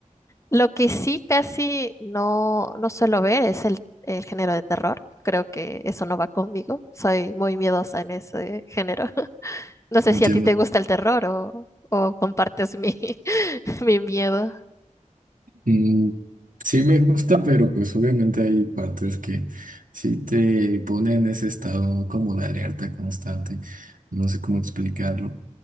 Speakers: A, on the left; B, on the right.
A: Lo que sí casi no, no suelo ver es el, el género de terror. Creo que eso no va conmigo. Soy muy miedosa en ese género. No sé
B: entiendo.
A: si a ti te gusta el terror o, o compartes mi, <laughs> mi miedo.
B: Mm, sí me gusta, pero pues obviamente hay partes que sí te ponen en ese estado como de alerta constante. No sé cómo explicarlo.